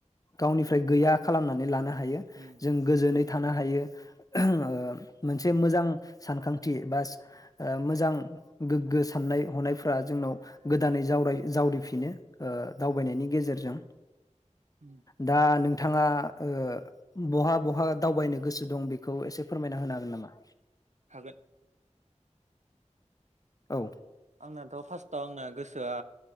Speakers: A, on the left; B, on the right.
A: गावनिफ्राय गैया खालामनानै लानो हायो।
B: उम
A: गोजोनै थानो हायो ओ मोनसे मोजां सानखांथि बा ओ मोजां गोग्गो साननाय हनायफ्रा जोंनाव गोदानै जावराय जावरिफिनो ओ दावबायनायनि गेजेरजों।
B: उम
A: दा नोंथाङा ओ बहा बहा दावबायनो गोसो दं बेखौ एसे फोरमायना होनो हागोन नामा?
B: हागोन।
A: औ।
B: आंनाथ' फार्स्टआव आंना गोसोआ